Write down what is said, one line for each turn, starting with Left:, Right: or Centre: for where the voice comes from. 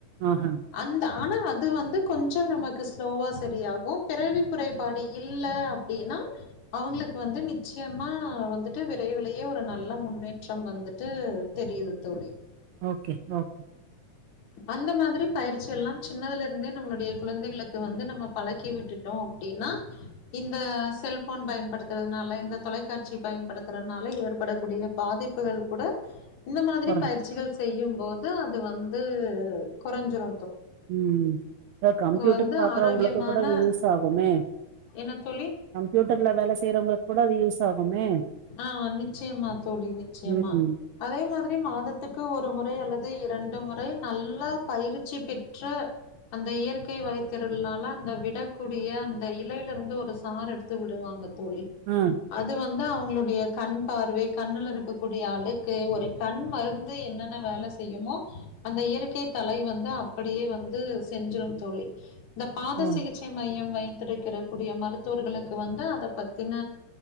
Right: ஆஹ
Left: அந்த ஆனா அது வந்து கொஞ்ச நமக்கு ஸ்லோவா சரியாகு பிறவி குறைபாடு யில் இல்ல அப்டின்னா அவங்களுக்கு வந்து நிச்சயமா வந்துட்டு விரைவிலேயே ஒரு நல்ல முன்னேற்றம் வந்துட்டு தெரியு தோழி
Right: ஓகே ஓகே
Left: அந்த மாதிரி பயிற்சி எல்லா சின்னதுல இருந்தே நம்மளுடைய குழந்தைகளுக்கு வந்து நம்ம பழக்கி விட்டுட்டோ அப்டின்னா இந்த செல்ஃபோன் பயன்படுத்துறதுனால இந்த தொலைக்காட்சி பயன்படுத்துறதுனால ஏற்படக்கூடிய பாதிப்புகள் கூட இந்த மாதிரி
Right: கொறஞ்சு
Left: பயிற்சிகள் செய்யும் போது அது வந் து கொறஞ்சிரு
Right: உ கம்ப்யூட்டர்
Left: வந்து
Right: பாக்குறவங்களுக்கு
Left: ஆரோக்கியமான
Right: கூட அது யூஸ் ஆகுமே
Left: என்ன தோழி
Right: கம்ப்யூட்டர்ல வேல செய்யறவங்களுக்கு கூட அது யூஸ் ஆகுமே
Left: ஆ நிச்சயமா தோழி நிச்சயமா
Right: ம்
Left: அதே மாதிரி மாதத்துக்கு ஒரு முறை அல்லது இரண்டு முறை நல்லா பயிற்சி பெற்ற அந்த இயற்கை வாயத்திருளனால அந்த விடக்கூடிய அந்த இலையில இருந்து ஒரு சார் எடுத்து விடுவாங்க தோழி
Right: ஆ
Left: அது வந் அவங்களுடைய கண் பார்வை கண்ணுல இருக்கக்கூடிய அழுக்கு ஒரு கண் மருந்து என்னென்ன வேல செய்யுமோ அந்த இயற்கை தலை வந்து அப்படியே வந்து செஞ்சிரும் தோழி இந்த பாத
Right: ஓ
Left: சிகிச்சை மையம் வை பத்திருக்கிற கூடிய மருத்துவர்களுக்கு வந்து அத பத்தின